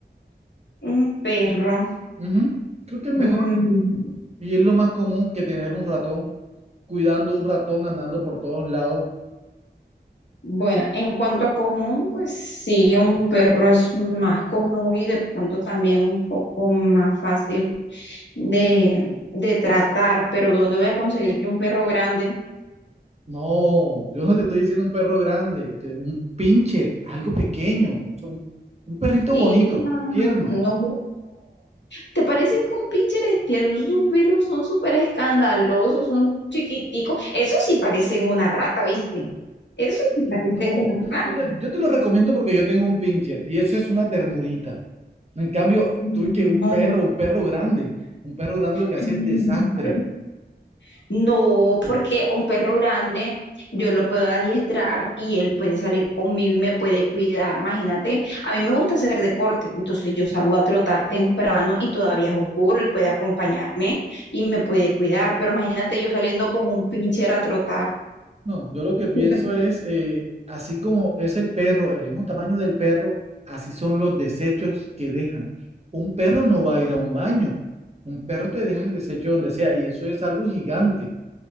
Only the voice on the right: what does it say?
Ujú, Creo que es mejor.
Y es lo más común que tener un ratón cuidando un ratón andando por todos lados.
No, yo no te estoy diciendo un perro grande, te- un pincher, algo pequeño, o sea, un, un perrito
bonito, tierno.
No,
o sea, yo te lo recomiendo porque yo tengo un pincher y eso es una ternurita. En cambio,
tú que un perro, un perro grande, un perro grande lo que
hace es desastre.
No, yo lo que pienso
es, eh, así como es el perro, el mismo tamaño del perro, así son los desechos que dejan. Un perro no va a ir a un baño, un perro te deja el desecho donde sea y eso es algo gigante,